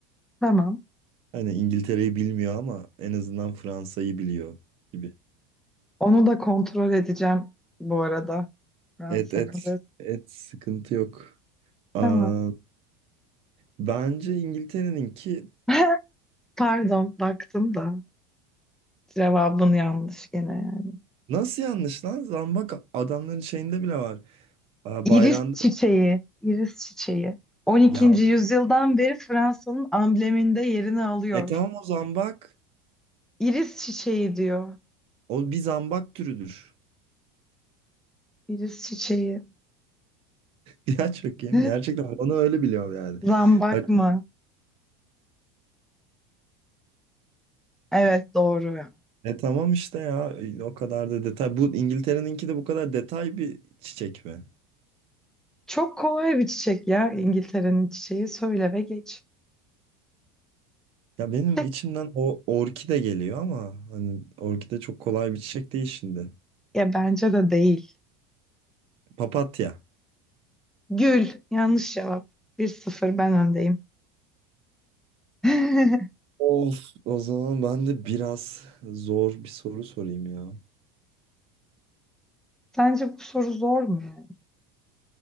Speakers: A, in the centre; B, on the right (about 50°).
A: Tamam.
B: Hani İngiltere'yi bilmiyor ama en azından Fransa'yı biliyor gibi.
A: Onu da kontrol edeceğim bu arada. Ben
B: Et
A: sana
B: et
A: da-
B: et sıkıntı yok. Aa,
A: Tamam.
B: bence İngiltere'ninki
A: <laughs> Pardon, baktım da cevabın yanlış gene. yani.
B: nasıl yanlış lan? Zambak adamların şeyinde bile var. Aa,
A: İris
B: bayrağında.
A: çiçeği, iris çiçeği. 12.
B: Ya
A: yüzyıldan beri Fransa'nın ambleminde yerini alıyor.
B: e tamam o zambak.
A: İris çiçeği diyor.
B: O bir zambak türüdür. <laughs>
A: İris çiçeği.
B: Ya çok iyi.
A: <laughs>
B: Gerçekten onu öyle biliyorum yani.
A: Zambak
B: Hani
A: mı? Evet doğru. ya.
B: E tamam işte ya o kadar da detay. Bu İngiltere'ninki de bu kadar detay bir çiçek mi?
A: Çok kolay bir çiçek ya İngiltere'nin çiçeği. Söyle ve geç.
B: Ya benim
A: Çiçek
B: içimden o orkide geliyor ama hani orkide çok kolay bir çiçek değil şimdi.
A: ya bence de değil.
B: Papatya.
A: Gül. Yanlış cevap. Bir sıfır ben öndeyim. <laughs>
B: Of, o zaman ben de biraz zor bir soru sorayım ya.
A: Sence bu soru zor mu yani?